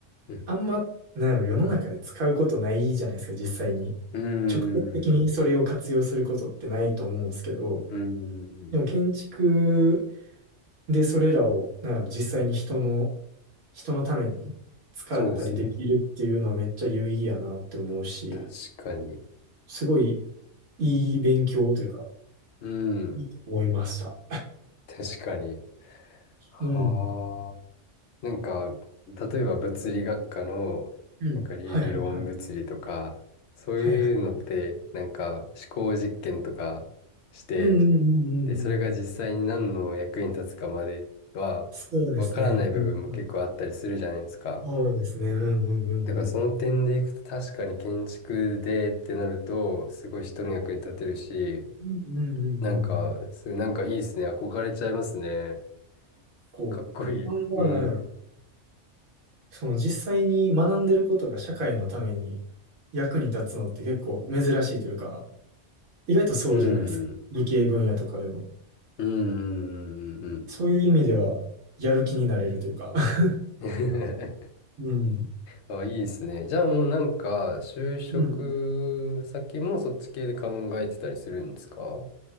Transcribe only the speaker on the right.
あんま、なんやろ、世の中で使うことないじゃないですか、実際に。
直接的にそれを活用することってないと思うんですけど、
でも建築
で、それらを、なんやろ、実際に人の、人のために使ったりできるっていうのはめっちゃ有意義やなって思うし、
すごいいい勉強というか、
いいと思いました。
うん。
うん。
はいはいはい。
はいはい。
うんうんうんうんうん
そうですね。
うん、うん。そうですね。うんうんうんうん。
うんうんうんうんうん。
こう、
こんな、
なやろ。その実際に学んでることが社会のために役に立つのって結構珍しいというか、意外とそうじゃないですか。
理系分野とかでも。
そういう意味では、やる気になれるというか。<laughs>
うん。
うん。